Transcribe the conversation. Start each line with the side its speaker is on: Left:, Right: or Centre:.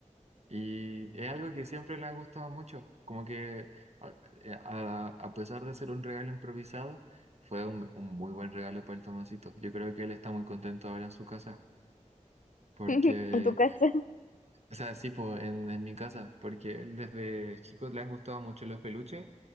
Right: Y es algo que siempre le ha gustado mucho, como que a, eh, a- a pesar de ser un regalo improvisado, fue un, un muy buen regalo para el Tomasito. Yo creo que él está muy contento ahora en su casa, porque,
Left: <laughs> En tu casa.
Right: o sea, sí, po, en, en mi casa, porque él desde chico le han gustado mucho los peluches,